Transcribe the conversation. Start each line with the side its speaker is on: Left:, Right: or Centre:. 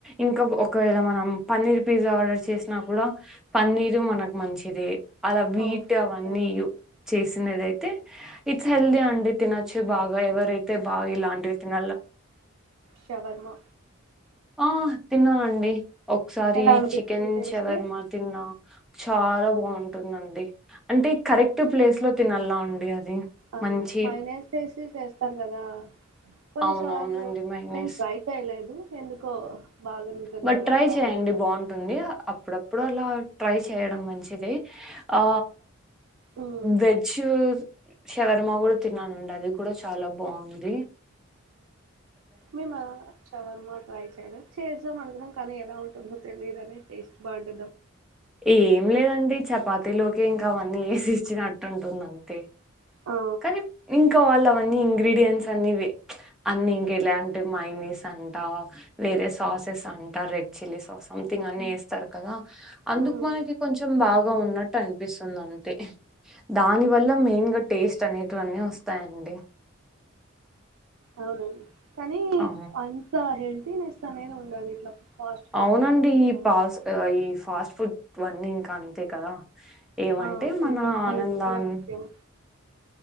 Centre: ఇంకా ఒకవేళ మనం పన్నీర్ పిజ్జా ఆర్డర్ చేసినా కూడా పన్నీరు మనకు మంచిది అలా వీటు
Right: ఓకే
Centre: అవన్నీ చేసినదయితే ఇట్స్ హెల్దీ అండి తినొచ్చు బాగా ఎవరైతే తే బాగా ఇలాంటివి తిన
Right: శవర్మ
Centre: ఆ తిన్నా అండి ఒకసారి
Right: ఎలా అనిపించింది
Centre: చికెన్
Right: టేస్ట్
Centre: శవర్మా తిన్నా చాలా బాగుంటుందండి అంటే కరెక్ట్ ప్లేస్ లో తినలా అండి అది
Right: ఆ
Centre: మంచి
Right: మనేస్ తీసి చేస్తారు కదా కొన్నిసార్లు
Centre: అవునవునండి మైనీస్.
Right: నీను ట్రై చేయలేదు ఎందుకో బాగుంటుందో
Centre: బట్
Right: లేదో
Centre: ట్రై చేయండి
Right: అని
Centre: బాగుంటుంది అప్పుడప్పుడు అలా ట్రై చేయడం మంచిదే ఆ
Right: ఉమ్
Centre: వెజ్ శవర్మ కూడా తిన్నానండి అది కూడా చాలా బాగుంది
Right: మేము చవర్మా ట్రై చేయలే చేద్దాం అనుకున్నాం కానీ ఎలా ఉంటుందో తెలియదనే టేస్ట్ బాగుంట
Centre: ఏం లేదండి చపాతీలోకి ఇంకా అవన్నీ వేసి ఇచ్చినట్టుంటుంది అంతే
Right: ఆ
Centre: కానీ ఇంకా వాళ్ళు అవన్నీ ఇంగ్రీడియంట్స్ అన్ని అన్ని ఇంకెలా అంటే మైనీస్ అ అంట వేరే సాసెస్ అంట రెడ్ చిల్లీ సాస్ సథింగ్ అన్ని వేస్తారు కదా అందుకు
Right: ఉమ్
Centre: మనకి కొంచెం బాగా ఉన్నట్టు అనిపిస్తుంది అంతే దాని వల్ల మెయిన్ గా టేస్ట్ అనేటివన్నీ వస్తాయండి
Right: అవునండి కానీ
Centre: ఆ
Right: అంత హెల్తీనెస్ అనేది ఉండదు ఇట్లా ఫాస్ట్ ఫుడ్
Centre: అవునండి
Right: బయట తినడం
Centre: ఈ పాస్
Right: వల్ల
Centre: ఈ ఫాస్ట్ ఫుడ్ అన్నీ ఇంకా అంతే కదా ఏమంటే
Right: ఆ కొంచెం
Centre: మన ఆనందాన్ని
Right: హెల్త్ కూడా ముఖ్యం